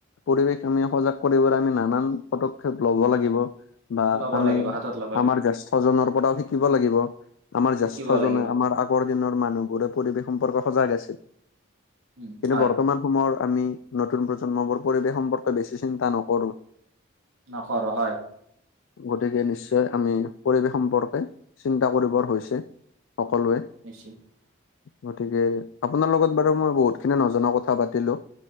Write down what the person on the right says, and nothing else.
ল'ব
লাগিব হাতত ল'ব
লাগিব
শিকিব লাগিব
উম হয়
নকৰোঁ, হয়।
নিশ্চয় <unintelligible>